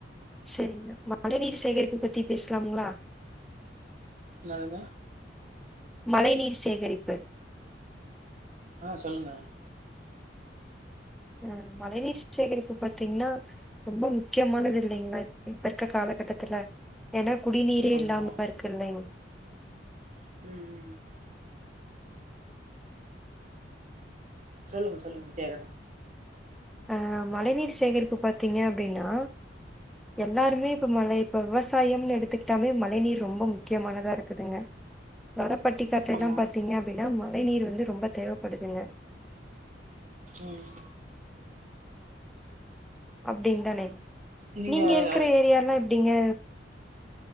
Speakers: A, in the centre; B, on the right.
A: சேரிங்கா மழ நீீர் சேகரிப்பு பத்தி பேசலாமுங்ளா
B: நானா
A: மழை நீர் சேகரிப்பு
B: ஆ சொல்லுங்க
A: உம் மழை நீர் சேகரிப்பு பாத்தீங்ன்னா ரொம்ப முக்கியமானது இல்லங்ளா இப்ப இருக்க காலகட்டத்துல ஏன்னா குடிநீரே
B: ஆமாம்
A: இல்லாம இருக்கு இல்லங்
B: உம் உம் சொல்லுங்க சொல்லுங்க கேக்குறே
A: ஆ மழை நீர் சேகரிப்பு பாத்தீங்க அப்டின்னா எல்லாருமே இப்ப மழை இப்ப விவசாயம்னு எடுத்துக்கிட்டாலே மழை நீர் ரொம்ப முக்கியமானதா இருக்குதுங்க வரப்பட்டிக்காட்டைலாம்
B: ஆமாம்
A: பாத்தீங்க அப்டின்னா மழை நீர் வந்து ரொம்ப தேவப்படுதுங்க
B: உம்
A: அப்டின் தானே
B: நீங்கள்
A: நீங்க இருக்குற ஏரியாலா எப்டிங்க